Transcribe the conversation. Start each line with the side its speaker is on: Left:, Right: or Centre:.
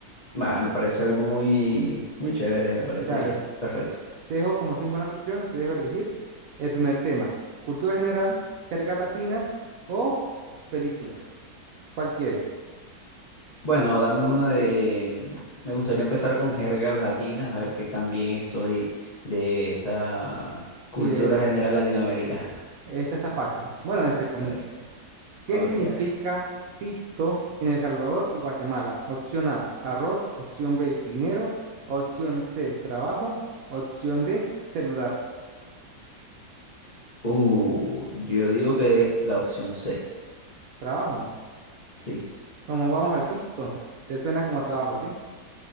Left: Va, me parece algo muy, muy chévere. Me parece
Right: Dale,
Left: bien. Perfecto.
Right: te dejo como soy un buen anfitrión, te dejo elegir el primer tema, cultura general, jergas latinas o películas. ¿Cuál quieres?
Left: Bueno, dame una de. Me gustaría empezar con jergas latinas, a ver qué tan bien estoy de esta cultura
Right: Mire, esta,
Left: general latinoamericana.
Right: esta está fácil. Bueno, entre comillas.
Left: <laughs> A ver.
Right: ¿Qué
Left: Ok,
Right: significa
Left: a ver.
Right: pisto en El Salvador y Guatemala? Opción A, arroz, opción B, dinero, opción C, trabajo, opción D, celular,
Left: Uh, yo digo que la opción C,
Right: trabajo.
Left: sí.
Right: Como vamos al pisto? Te suena como a trabajo, ¿sí?